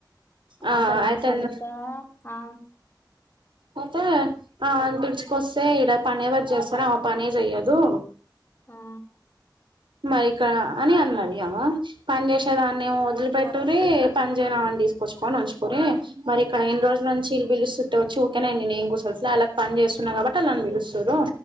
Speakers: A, on the right; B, on the left.
A: ఆ
B: అసలు నాకు
A: అయితేందో
B: సునీత ఆ
A: అయితే ఆన్ పిలుచుకొస్తే ఇడా పని ఎవరు చేస్తారో ఆ పని చెయ్యదు.
B: ఆ
A: మైకా అని అన్నది అవ్వా పని జేసేదాన్నీ ఏమో వదిలి పెట్టూరి పని జేయనీ అవన్ దీసుకొచ్చుకొన్ని ఉంచుకని మరి ఇక్కడ ఎన్ని రోజులా నుంచి ఇల్ బిలుస్తుంటే వొచ్చి ఊకనే మీ నీన్ ఏం గుసుట్లే ఆల్లక్ పన్ నేను జేస్తున్నా గాబట్టి ఆళ్లు నన్ బిలుస్తారు